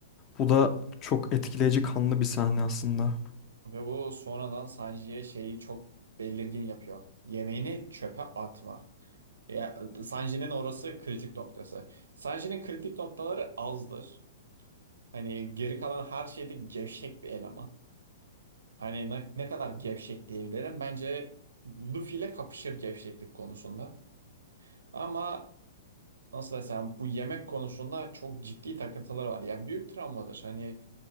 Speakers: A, on the left; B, on the right.
A: Bu da çok etkileyici kanlı bir sahne aslında.
B: Ve bu sonradan Sanji'ye şeyi çok belirgin yapıyor. Yemeğini çöpe atma. Ya, Sanji'nin orası kritik noktası. Sanji'nin kritik noktaları azdır. Hani geri kalan her şeyde gevşek bir eleman. Hani ne, ne kadar gevşek diyebilirim. Bence Luffy ile kapışır gevşeklik konusunda. Ama nasıl desem bu yemek konusunda çok ciddi takıntılar var. Yani büyük travmadır. Hani